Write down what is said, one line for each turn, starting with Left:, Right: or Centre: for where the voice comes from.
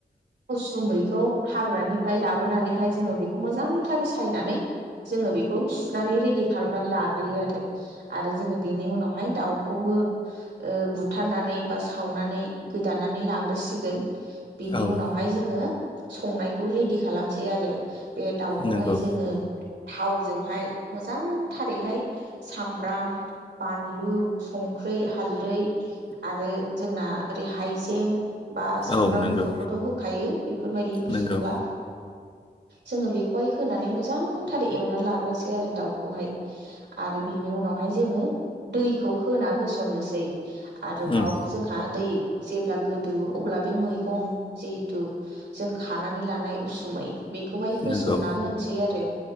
Right: उसुमैखौ हाग्रानिफ्राय लाबोनानैहाय जोङो बेखौ मोजांथारै सायनानै जोङो बेखौ सुनानै रेडि खालामनानै लाग्रोयो आरो आरो जोङो बेनि उनावहाय दाउखौबो ओ <unintelligible> हुथारनानै बा सावनानै गोदानानै लाग्रोसिगोन बेनि
Left: औ
Right: उनावहाय जोङो संनायखौ रेडि खालामसै आरो बे दाउखौहाय
Left: नंगौ
Right: जोङो थावजोंहाय मोजांथारैहाय सामब्राम बानलु संख्रि हालदै आरो जोंना ओरै हाइजें बा सामब्राम
Left: औ नंगौ
Right: गुफुरखौथ' होखायो बेफोरबायदि ओंख्रि
Left: नंगौ
Right: संब्ला जोङो बेखौहाय होनानै मोजांथारै एवनानै लाग्रोसै आरो दाउखौहाय आरो बिनि उनाव <inaudible> उनावहाय जोङो दैखौ होना होसननोसै आरोबाव
Left: उम
Right: जोंहा दै जेब्ला गोदौवो अब्ला बे मैगं जिहेथु जों खानानै लानाय उसुमै बेखौहाय होसनना
Left: नंगौ
Right: होनोसै आरो